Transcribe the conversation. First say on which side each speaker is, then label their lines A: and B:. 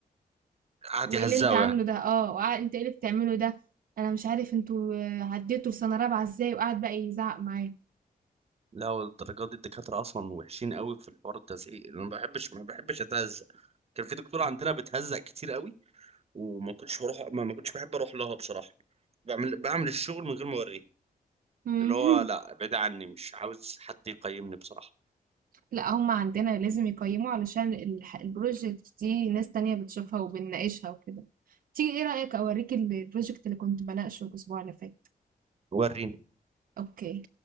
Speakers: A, on the right; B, on the right.
A: قعد
B: وايه
A: يهزقه
B: اللي انت عامله
A: يعني
B: ده اه وقع- انت ايه اللي بتعمله ده انا مش عارف انتوا آه، عديتوا لسنة رابعة ازاي وقعد بقى يزعق معايا
A: لا والدرجات دي الدكاترة أصلا وحشين قوي في الحوار التزعيق أنا ما بحبش ما بحبش أتهزق كان في دكتورة عندنا بتهزق كتير قوي وما كنتش بروح ما, ما كنتش بحب أروح لها بصراحة بعمل بعمل الشغل من غير ما أوريه
B: <laughs>
A: اللي هو لا بعيد عني مش عاوز حد يقيمني بصراحة
B: لا هم عندنا لازم يقيموا علشان الح- البروجكت دي ناس تانية بتشوفها وبنناقشها وكده تيجي ايه رأيك اوريك ال- البروجكت اللي كنت بناقشه الاسبوع اللي فات
A: وريني
B: اوكي